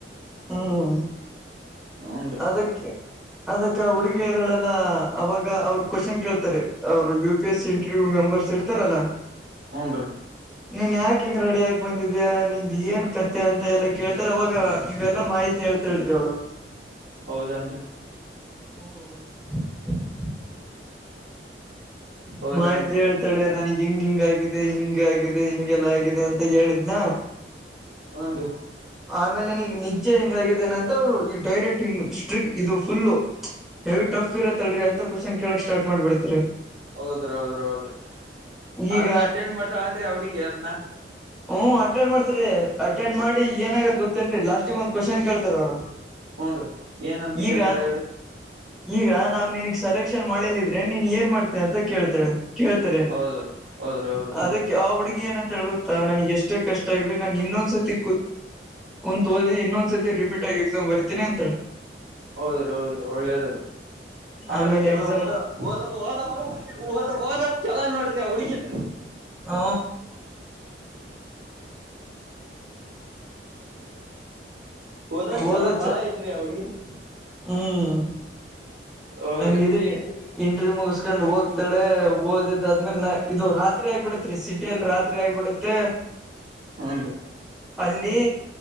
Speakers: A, in the centre; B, on the right (about 80°).
A: ಹಾಂ
B: ಹೂನ್ರಿ
A: ಅದಕ್ಕೆ ಅದಕ್ಕ ಹುಡುಗಿ ಇದ್ದಳೆಲ್ಲ ಅವಾಗ ಅವರು ಕ್ವಶನ್ ಕೇಳ್ತಾರೆ ಅವರು ಸ್ ಇಂಟರ್ವ್ಯ ಮೆಂಬರ್ ಸೆಟ್ತರ ಅಲ್ಲ
B: ಹ್ಞನ್ ರೀ
A: ನೀನ್ ಯಾಕ ಹಿಂಗ ರೆಡಿಯಾಗಿ ಬಂದಿದ್ಯಾ ನಿಮ್ದ್ ಏನ್ ಕಥೆ ಅಂತ ಎಲ್ಲ ಕೇಳ್ತಾರೆ ಅವಾಗ ನೀವೆಲ್ಲ ಮಾಹಿತಿ ಹೇಳ್ತಾ ಹೇಳ್ರಿ ಅವಳು
B: ಹೌದಾನ್ರಿ
A: ಹ್ಮ
B: ಹೌದನ್ರಿ
A: ಮಾಹಿತಿ ಹೇಳ್ತಾಳೆ ನನಗ್ ಹಿಂಗ ಹಿಂಗ ಆಗಿದೆ ಹಿಂಗ ಆಗಿದೆ ಹಿಂಗೆಲ್ಲ ಆಗಿದೆ ಅಂತ ಹೇಳಿದ್ನ
B: ಹ್ನ್ ರರಿ
A: ಆಮೇಲೆ ನಿನಗೆ ನಿಜೆ ಹೆಂಗಗಿದ್ದೇನೆ ಅಂತ ಈ ಡೈರೆಕ್ಟ್ ಹಂಗ್ ಸ್ಟ್ರಿಕ್ ಇದು ಫುಲ್ಲು ಹೆವಿ ಟಫ್ ಇರತ್ತಲ್ರರಿ ಅಂತ ಕ್ವಶನ್ ಕೇಳಕ್ ಸ್ಟಾರ್ಟ್ ಮಾಡ್ಬಿಡ್ತರಿ
B: ಹೌದ್ರ ಹೌದ್ರ ಹೌದ್ರಿ
A: ಈಗ
B: ಆದ್ರೆ ಅಟೆಂಡ್ ಮಾಡ್ತಾಳೆ ಏನ್ರಿ ಆ ಹುಡುಗಿ ಅದ್ನ
A: ಹ್ಮ ಅಟೆಂಡ್ ಮಾಡ್ತರಿೀ ಅಟೆಂಡ್ ಮಾಡಿ ಏನಾಗದ ಗೊತ್ತೇನ್ರಿ ಲಾಸ್ಟಿಗೆ ಒಂದ್ ಕ್ವನ್ ಕೇಳ್ತಾರ ಅವರು
B: ಹೂನ್ರಿ ಏನಂತ
A: ಈಗ
B: ಕೇಳ್ತಾರ ಹೇಳ್ರಿ
A: ಈಗ ನಾವವು ನಿಿನಗ್ ಸೆಲೆಕ್ಷನ್ ಮಾಡಿಲ್ಲಿದ್ರೆ ನೀನ್ ಏನ್ ಮಾಡ್ತ ಕೇಳ್ತ ಕೇಳ್ತಾರೆ
B: ಹೌದ್ರಿ ಹೌದ್ರಿ ಹೌದ್ರಿ
A: ಅ ಆ ಹುಡುಗಿ ನ ಅಂತ ಹೇಳಳ್ ಗೊತ್ತಾ ನನ್ಗೆ ಎಷ್ಟೇ ಕಷ್ಟ ಆಗ್ಲಿ ನಾನನ್ ಇನ್ನೊಂದ್ಸತಿ ಕುಂತ ಓದಿ ಇನ್ನೊಂದ್ ಸತಿ ರಿಪೀಟ್ ಆಗೀ ಎಕ್ಷಮ ಬರ್ತೀನಿ ಅಂತ ಹೇಳಿ
B: ಹೌದ್ರಿ ಹೌದ್ರಿ ಒಳ್ಳೇದ್ರಿ ಆದ್ರ
A: ಆಮೇಲೆ
B: ಚಲ
A: ಎಕ್ಸಾಮ್
B: ಓಹೋ ಹಓದ ಹೋದದ ಓದ ಹಓದದ್ ಚಲಳ ನೋಡ್ರಿ ಅವ ಹುಡ್ಗಿಿಂದ
A: ಹ
B: ಹೋದದ್ ಚಲ
A: ಓದ
B: ಭಾಳ
A: ಚ
B: ಐತ್ರೀ ಹ ಹುಡುಗಿದು
A: ಹ್ಮ್
B: ಹೌದ್ರಿ
A: ಹಂಗಿದಿದ ಇಂಟ್ರವ್ಯ ಮುಗಿಸಸ್ಕೊಂಡ್ ಹೋಗ್ತಾಳೆ ಓದ್ ಆದ್ಮೇಲೆ ಇದು ರಾತ್ರಿ ಆಗ್ಬಿಡೇತ್ ರೀ ಸೀ ಲ್ ರಾತ್ರಿ ಆಗ್ಿಬಿಡುತ್ತೆ
B: ಹಾೀ
A: ಅಲ್ಲಿ